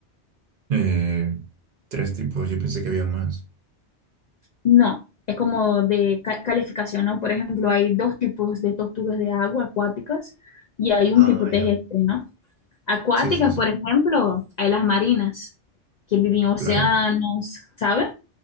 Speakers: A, on the right (about 55°); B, on the left (about 55°).
A: Eh, tres tipos, yo pensé que había más.
B: No, es como de ca- calificación, ¿no? Por ejemplo, hay dos tipos de tortugas de agua acuáticas y hay un
A: Ah,
B: tipo terrestre,
A: ya.
B: ¿no? Acuáticas,
A: Sí, sí, sí,
B: por ejemplo, hay las marinas que viven en océanos,
A: claro.
B: ¿sabes?